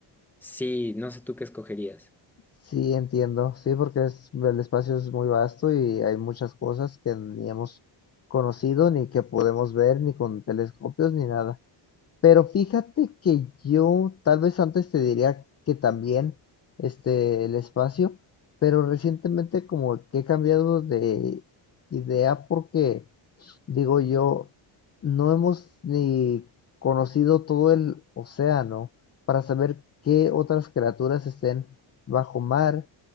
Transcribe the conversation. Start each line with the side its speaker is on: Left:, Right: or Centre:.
Centre: sí, no sé tú qué escogerías.
Left: Sí, entiendo. Sí, porque es, el espacio es muy vasto y hay muchas cosas que ni hemos conocido, ni que podemos ver, ni con telescopios, ni nada. Pero fíjate que yo tal vez antes te diría que también este el espacio, pero recientemente como que he cambiado de idea porque Digo yo, no hemos ni conocido todo el océano para saber qué otras criaturas estén bajo mar